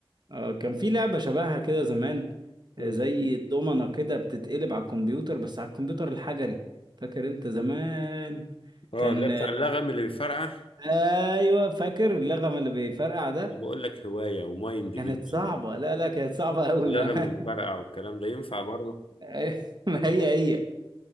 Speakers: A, on the right (about 50°); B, on the left (about 70°).
A: آه، كان في لعبة شبهها كده زمان آه،
B: مم.
A: زي الدومنة كده بتتقلب على الكمبيوتر بس على الكمبيوتر الحجري فاكر انت زمان
B: اه
A: كان
B: اللي بتاع اللغم اللي بيفرقع
A: آه، ايوه فاكر اللغم اللي بيفرقع ده
B: وبقول لك هواية ومايند
A: كانت
B: جيم
A: صعبة لا لا كانت صعبة قوي
B: اللغم
A: بقى
B: بيفرقع والكلام ده ينفع برضه
A: <laughs> ما هي هي